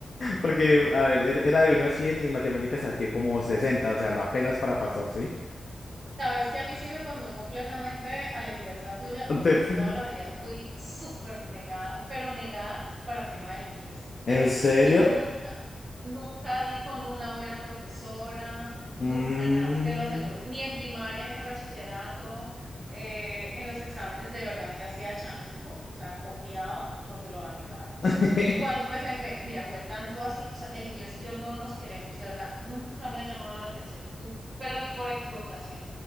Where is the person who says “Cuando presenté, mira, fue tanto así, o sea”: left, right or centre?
Right